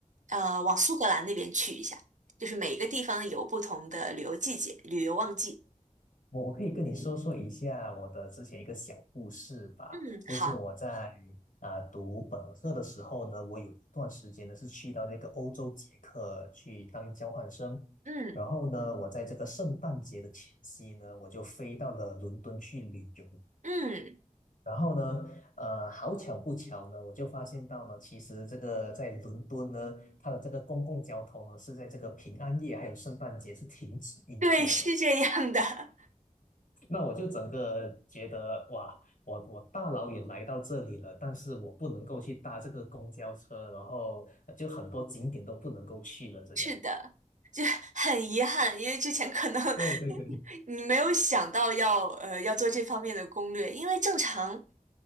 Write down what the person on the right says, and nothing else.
呃，往苏格兰那边去一下，就是每个地方有不同的旅游季节、旅游旺季。
嗯，
好，
嗯
嗯，
对，是这样的。<laughs>
是的，就很遗憾，因为之前可能
<laughs> 你没有想到要呃要做这方面的攻略，因为正常，